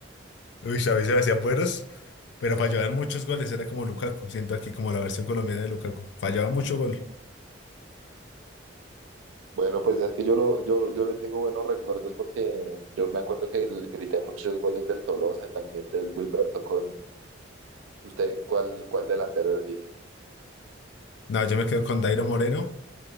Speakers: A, on the left (about 65°); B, on the right (about 90°).
A: Uy, a veces me hacían buenos, pero fallaban muchos goles. Era como Lukaku. Siento aquí como la versión colombiana de Lukaku. Fallaba mucho gol.
B: Bueno, pues es que yo, lo, yo, yo le tengo buenos recuerdos porque yo me acuerdo que le grité muchos goles del Tolosa y también del Wilberto Cosme. ¿Usted cuál, cuál delantero elige?
A: No, yo me quedo con Dairo Moreno